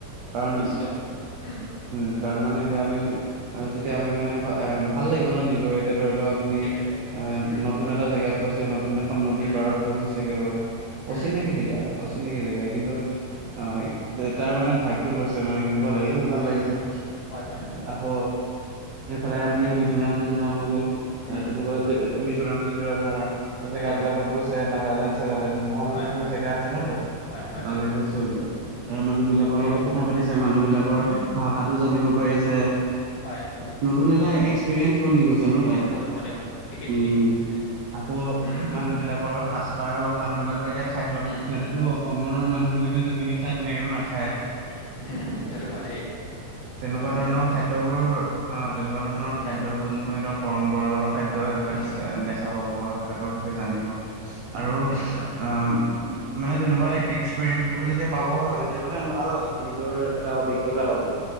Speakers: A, on the right; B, on the left.
A: কাৰণ
B: নিশ্চয় উম।
A: উম কাৰণ মানে এতিয়া আমি যেতিয়া আমি মানে এ ভাল লাগিব ন নিজৰ এতিয়া ধৰি লও আপুনি
B: সেইটোৱে
A: এ
B: উম
A: নতুন এটা জেগাত গৈছে, নতুন এখন নদীৰ
B: উম
A: পাৰত বহিছেগে গৈ,
B: উম
A: অচিনাকি জেগা, অচিনাকি জেগা, কিন্তু অ তাৰ মানে ভাইৱটো লৈছে মানে কেনেকুৱা লাগিছে ভাল
B: উম
A: লাগিছে।
B: হয় হয়
A: আকৌ এইফালে আপুনি
B: হয়
A: মিজোৰাম-চিজোৰাম হৈ গ'ল
B: উম
A: অ তেনেকুৱা মিজোৰাম-চিজুৰামৰ জেগা
B: উম
A: বিলাকত গৈছে, নাগালেণ্ড চাগালেন্ড ভাল
B: হয়
A: ভাল
B: হয়
A: জেগা
B: হয়
A: আছে ন তাত,
B: হয় হয়
A: তালৈ
B: হয়
A: গৈছে বোলে তাৰ মানুহ বিলাকৰ
B: উম
A: লগত কথা সুধিছে মানুহবিলাকৰ ভাষাতো জানিব পাৰিছে।
B: হয়।
A: নতুন এটা এক্সপিৰিয়েঞ্চ বনি গৈছে ন
B: এক্সপিৰিয়েঞ্চ
A: তাত।
B: বন- বনে মানে ঠিকে ঠিকে
A: উম আকৌ উহ
B: উম
A: মানুহবিলাকৰ সাচ পাৰ হওক মানুহবিলাকৰ এতিয়া খাদ্য
B: উম
A: সিহঁতেতো অসমৰ মানুহবিলাকে যেনেকে খায় তেনেকেতো নাখায়।
B: হুম হু সেইটো হয় দেই
A: তেনেকুৱা
B: সেইটো হয়
A: ধৰণৰ
B: সেইটো হয়
A: খাদ্যবোৰ অ তেনেকুৱা ধৰণৰ
B: উম
A: খাদ্যবোৰ যোনবোৰ সিহঁতৰ পৰম্পৰাগত খাদ্য সেইবিলাক
B: উম
A: চে দেখা পাব সেইবিলাকৰ তে জানিব আৰু
B: সেইটো হয় হয়
A: আম উম মানে তেনেকুৱা এ এক্সপিৰিয়েঞ্চবোৰ যেতিয়া পাব নহয় তেতিয়া মানে ভাল লাগি নিজৰ এটা অভিজ্ঞতা হ'ব।